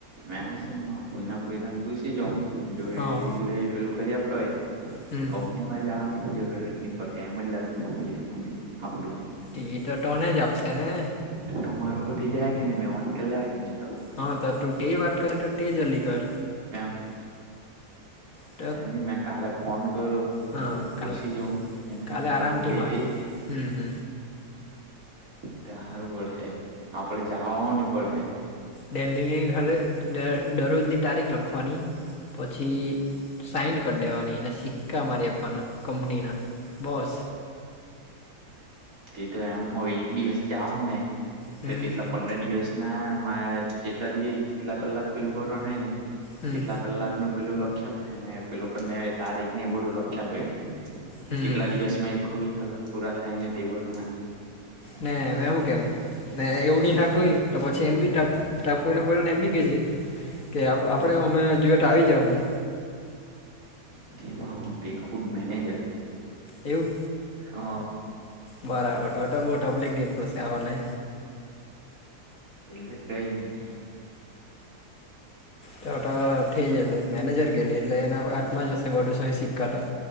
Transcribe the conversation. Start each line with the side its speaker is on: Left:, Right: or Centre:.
Right: મે હશેન ફઈ ના ફઈરાને પૂસી જઉં જોે
Left: હા
Right: એ પેલું કરી આપતો હોય
Left: હમ
Right: કંપનીમાં જવાની જરૂરત નહી પડે એમ જ લખી ના આપી દે. આપડું ને
Left: એ તો તને જ આપશે ને?
Right: તો તમારું પતિ જાય કે ને મે વાત કરી હ કે ન તો
Left: હ ત તું તે વાત કરે, તો તે જલ્દી કર.
Right: એમ
Left: તટ
Right: કાલની મે કાલે ફોન કરો
Left: હા
Right: ને કર પુછી
Left: કાલે
Right: જોમ એને
Left: કાલે આરામથી
Right: એ હું કેટે
Left: માર હમ હમ
Right: તા હારુ પડ હે આપડે જાવા ઓની પડે હે.
Left: દેલ્લી વી હાલવે દર દરોજની તારીખ લખવાની. પછી સાઈન કરડેવાની દેવાની ને સિક્કા મારી આપ્પાના કંપનીના બસ.
Right: તે તો એમ હો એક દિયેસ જા હું ને
Left: હમ
Right: તે તેટલા પંદર દિવસ ના મા જેટલા દિસ જેટલા કલાક પેલું ભરવા નાય ને
Left: હમ
Right: તેટલા કલાક નું પેલું લખ્યાપ હેને પેલું કરને તારીક ને એ બધું લખ્યાપે હે.
Left: હમ
Right: કેટલા દિવસ મે એખ્ખો વી કલાક પૂરા થાય ને તેવરોને.
Left: ને મે હું કેમ ને એવું ની થાતું હોય. તો પછી એમ બી તાફ તા ફોયના પોયનાને એમ બી કે જે કે આવ આપડે અમે જો તો આવી જા હું.
Right: તે પણ હું તે ખુડ મેનેજર.
Left: એવું
Right: હા અ
Left: બરાબર તો તો બો ટપ્લિક ની પોશે અવને.
Right: એટલે કઈ ની
Left: તા ત થેઈ જશે મેનેજર કેની એટલે એનાવ હાતમાં જ હશે, બોધુ સઈ સિક્કા ત.